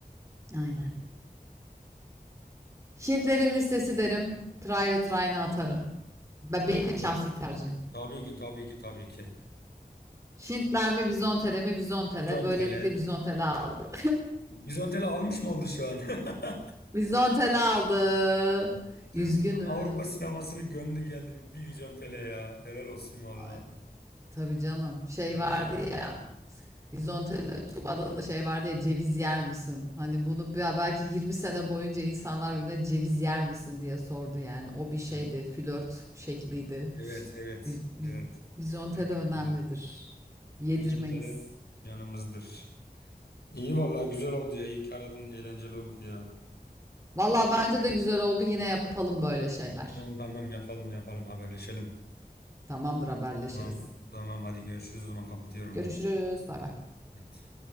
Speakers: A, on the right; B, on the left.
A: Aynen. Şintlerin listesi derim. Try it Ryan'a atarım. Ben
B: Şimdi
A: benim şahsi tercihim.
B: tabii ki tabii ki tabii ki.
A: Şintler mi Vizontele mi Vizontele.
B: Vizontele.
A: Böylelikle Vizontele aldı.
B: Vizontele almış mı oldu şu an? <laughs>
A: Vizontel aldı.
B: Tüm
A: Üzgünüz.
B: tüm Avrupa sinemasını gömdü geldi bir vizyon tele ya. Helal olsun valla.
A: Aynen. Tabii canım. Şey
B: Yemin
A: vardı
B: ederim.
A: ya. Vizontel'de Tuba'da da şey vardı ya ceviz yer misin? Hani bunu be- belki 20 sene boyunca insanlar birbirine ceviz yer misin diye sordu yani. O bir şeydi.
B: Yani
A: Flört şekliydi.
B: evet evet
A: Viz, viz,
B: evet.
A: Vizontele
B: Evet,
A: önemlidir.
B: yemin ederim.
A: Yedirmeyiz.
B: Vizyon tele canımızdır. İyi valla güzel oldu ya. İyi ki aradın. Eğlenceli oldu ya.
A: Valla bence de güzel oldu. Yine yapalım böyle şeyler.
B: Tamam tamam yapalım yapalım haberleşelim.
A: Tamamdır haberleşiriz.
B: Tamam tamam hadi görüşürüz o zaman kapatıyorum
A: Görüşürüz.
B: ben.
A: Bay bay.
B: Evet.